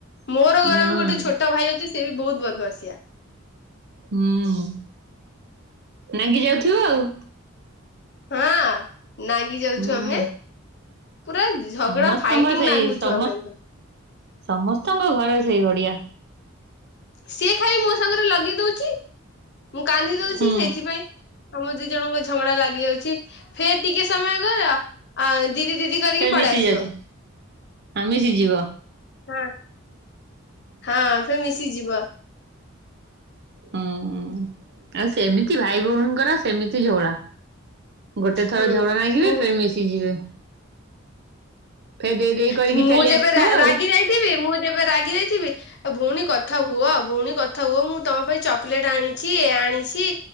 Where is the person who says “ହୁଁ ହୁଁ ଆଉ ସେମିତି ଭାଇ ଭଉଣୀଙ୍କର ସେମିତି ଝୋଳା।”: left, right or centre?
Right